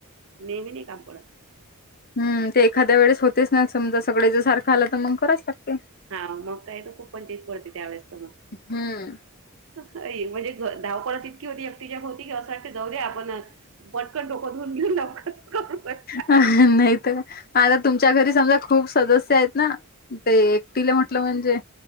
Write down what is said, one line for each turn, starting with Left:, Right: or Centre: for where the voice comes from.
Right: नेहमी नाय काम पडत.
Left: हम्म ते एखाद्या वेळेस होतेच ना समजा सगळे जण सारखं आला तर मग करायच लागते.
Right: हा मग काही तर खूप पंचायत पडते त्यावेेळेस तर म.
Left: हम्म.
Right: हाय म्हणजे घ धावपळच इतकी होती एकटीच्या भोवती की असं वाटते जाऊ दे आपण पटकन डोकं धुऊन घेऊन. <unintelligible>
Left: नाहीत काय आता तुमच्या घरी समजा खूप सदस्य आहेत ना. ते एकटीला म्हटलं म्हणजे